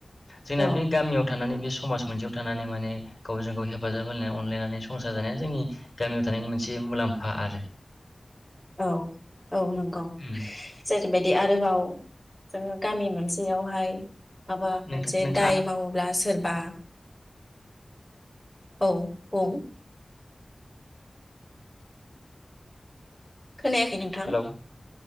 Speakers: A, on the left; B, in the centre.
A: जोंना
B: औ
A: बे गामियाव थानानै बे समाज मोनसेयाव थानानै माने गावजों गाव हेफाजाब होलायनानै अनलायनानै संसार जानाया जोंनि गामियाव थानायनि मोनसे मुलाम्फा आरो
B: औ औ नंगौ
A: उम
B: जेरैबायदि आ आरोबाव जोङो गामि मोनसेयावहाय माबा
A: नोंथां
B: मोनसे
A: नोंथाङा
B: दाय मावोब्ला सोरबा औ बुं खोनायाखै नोंथां
A: हेलौ